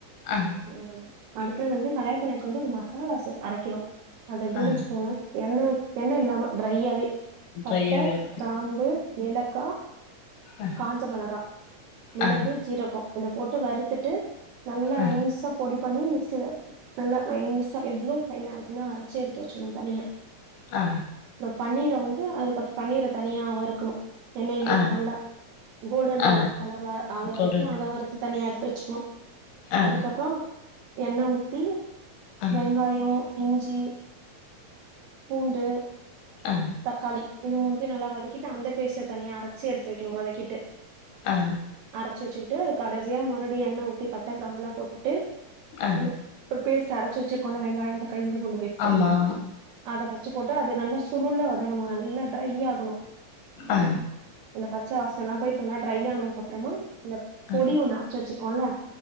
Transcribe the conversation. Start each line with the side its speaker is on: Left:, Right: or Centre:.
Left: ஆ
Right: உஹ் அடுத்தது வந்து கடாய பண்ணக்கு வந்து ஒரு மசாலா செ அரைக்கணும் அது எப்படின்னு
Left: ஆ
Right: வச்சுக்கோங்களேன் எண்ண எண்ண இல்லாம ட்ரையாவே
Left: ட்ரையா
Right: பட்ட
Left: வேகு
Right: கிராம்பு ஏலக் க்கா
Left: ஆ
Right: காஞ்ச மிளகா மிளகு
Left: ஆ
Right: ஜீரகம் இதை போட்டு வருறுத்துட்டு நல்லா
Left: ஆ
Right: நைசா பொடி பண்ணி மிக்சில நல்லா நைசா எவ்வளோ பைனக்கும்னோ அரைச்சு எடுத்து வச்சுணும் தனியா
Left: ஆ
Right: அப்புறோ பன்னீர் வந்து அதுக்கு அப்ப பன்னீர தனியாவா வருக்கணும் எண்ணயிலே
Left: ஆ
Right: நல்லா கோல்டன் பிரவுன்
Left: ஆ
Right: கலர் ஆகுற
Left: கோல்டன்
Right: வரைக்கும் அத வருத்து த தனியா எடுத்து வச்சுக்கணும்
Left: ஆ
Right: அதுக்கப்புறோ எண்ண ஊத்தி
Left: ஆ
Right: வெங்காயம் இஞ்சி பூண்டு ட்டு
Left: ஆ
Right: தக்காளி இது முணுதயும் நல்ல வதக்கிட்டு அந்த பேஸ்ட தனியா அர அரச்சு எடுத்து வைக்கணும் வதக்கி கிட்டு
Left: ஆ
Right: அரச்சு வச்சு ட்டு கடைசிய மறுடி எண்ண ஊத்தி பட்ட பட்ட கிராம்பு எல்லா போட்டுட்டு
Left: ஆ
Right: டு ஒரு பேஸ்ட் அர அரச்சு வச்சுருக்கொல்ல வெங்காயம் தக்காளி இஞ்சி பூண்டு பேஸ்ட்
Left: ஆமா
Right: அது ஃபர்ஸ்ட் போட்டு அது நல்லா சுருடு வதக்கனும் நல்லா டைரை ஆகணும்
Left: ஆ
Right: அந்த பச்சவாசம் போயிட்டு நல்லா ட்ரை ஆனதுக்கு அப்புறமா இந்த பொடி
Left: ஆ
Right: ஒன்று அச்சு வச்சிருக்கோம்ல